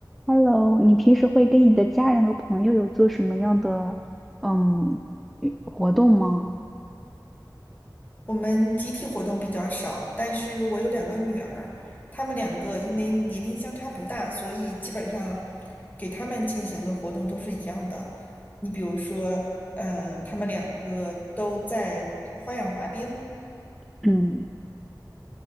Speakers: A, in the centre; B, on the left.
A: Hello，你平时会跟你的家人和朋友有做什么样的嗯与活动吗？
B: 我们集体活动比较少，但是我有两个女儿，她们两个因为年龄相差不大，所以基本上给她们进行的活动都是一样的。你比如说，嗯，她们两个都在花样滑冰，
A: 嗯，